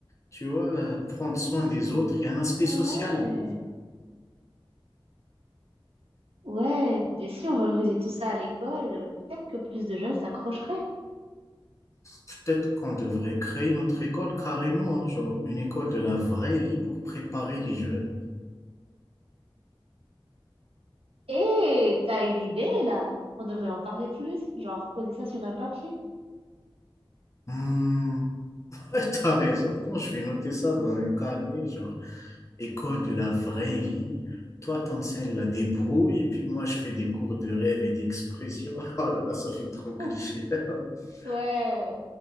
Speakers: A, on the left; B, on the right.
A: Tu vois, euh, prendre soin des autres, il y a un aspect
B: Ouais,
A: social.
B: ouais, et si on valorisait tout ça à l'école, euh, peut-être que plus de jeunes s'accrocheraient.
A: Peut-être qu'on devrait créer notre école carrément, hein, genre une école de la vraie vie pour préparer les jeunes.
B: Et t'as une idée là? On devrait en parler plus, genre poser ça sur un papier.
A: Hmm, <laughs> ouais, t'as raison. Attends, je vais noter ça dans un carnet, genre école de la vraie vie. Toi, t'enseignes la débrouille et puis moi, je fais des cours de rêve et d'expression. <laughs> Oh là là, ça fait trop cliché.
B: <laughs>
A: <laughs>
B: Ouais,